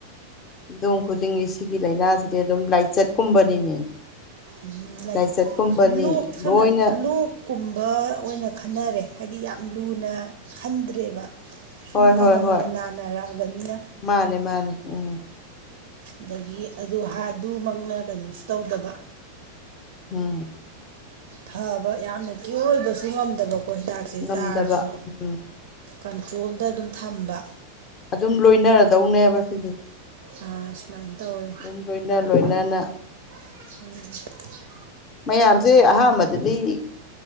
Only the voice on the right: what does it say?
ꯎꯝ ꯂꯩ
ꯂꯣꯛ ꯁꯝꯅ
ꯂꯣꯛ ꯀꯨꯝꯕ ꯑꯣꯏꯅ ꯈꯟꯅꯔꯦ ꯍꯥꯏꯕꯗꯤ ꯌꯥꯝ ꯂꯨꯅ ꯈꯟꯗ꯭ꯔꯦꯕ ꯁꯨꯝ
ꯀꯃꯟ
ꯑꯣꯏꯅ ꯅꯥꯅꯔꯛꯑꯕꯅꯤꯅ
ꯑꯗꯒꯤ ꯑꯗꯨ ꯍꯥ ꯑꯗꯨꯃꯛꯅ ꯀꯩꯅꯣꯁꯨ ꯇꯧꯗꯕ
ꯐꯕ ꯌꯥꯝꯅ ꯀꯢꯌꯣ꯭ꯔ ꯑꯣꯏꯕꯁꯨ ꯉꯝꯗꯕꯀꯣ ꯍꯤꯗꯥꯛ ꯁꯦ
ꯆꯥꯔꯁꯨ
ꯀꯟꯇ꯭ꯔꯣꯜꯗ ꯑꯗꯨꯝ ꯊꯝꯕ
ꯑꯥ ꯁꯨꯃꯥꯏꯅ ꯇꯧꯋꯦ
ꯎꯝ